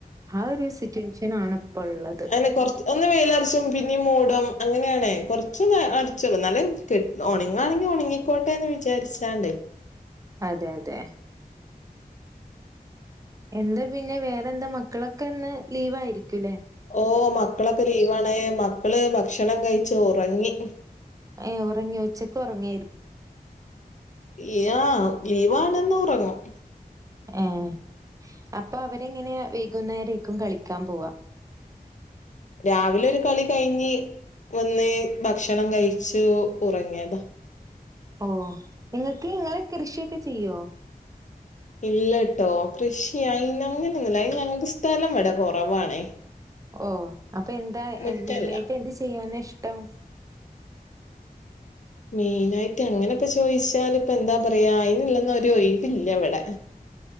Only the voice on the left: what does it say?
അങ്ങനെ കൊറച്ച് ഒന്ന് വെയ്ലറിച്ചും പിന്നീ മൂടും അങ്ങനെയണേ കൊറച്ച് അടിച്ചൊള് ന്നാല് കി ഒണങ്ങാണെങ്കിൽ ഒണങ്ങിക്കോട്ടെ ന്ന് വിചാരിച്ചാണ്ടേ.
ഓ മക്കളൊക്കെ ലീവാണ് മക്കള് ഭക്ഷണം കഴിച്ച് ഒറങ്ങി.
ഇല്ല ലീവാണെന്ന് ഒറങ്ങും.
രാവിലെ ഒരു കളി കഴിഞ്ഞ് വന്ന് ഭക്ഷണം കഴിച്ചു ഉറങ്ങിയതാ.
ഇല്ലട്ടോ കൃഷി അയിന് അങ്ങനൊന്നുല്ല അയ്ന് ഞങ്ങക്ക് സ്ഥലം ഇവടെ കൊറവാണേ.
മുറ്റല്ല
മെയിനായിട്ട് അങ്ങനെപ്പ ചോയിച്ചാല് ഇപ്പൊ എന്താ പറയാ അയിനുള്ളൊന്നും ഒര് ഒഴിവില്ല ഇവിടെ.